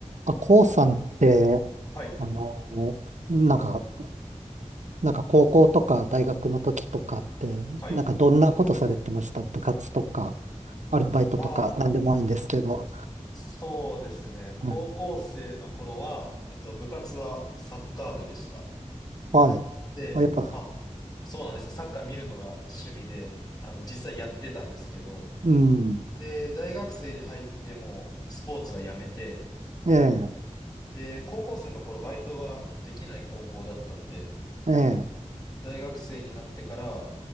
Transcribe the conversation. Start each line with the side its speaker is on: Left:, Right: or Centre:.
Right: あ、こうさんって、
Left: はい。
Right: あの、なんか、なんか高校とか大学の時とかって、
Left: はい。
Right: なんかどんなことされてました部活とか、アルバイトとか、
Left: ああ、
Right: なんでもいいんですけど。
Left: そうですね。高校生の頃は、
Right: うん
Left: えっと、部活はサッカー部でした。
Right: はい。
Left: で、
Right: あ、やっぱ、
Left: まあ、そうなんですよ。サッカー見るのが趣味で、あの、実際やってたんですけど、
Right: うん。
Left: で、大学生に入ってもうスポーツはやめて、
Right: ええ、
Left: で、高校生の頃バイトができない高校だったんで、
Right: え
Left: 大学生になってから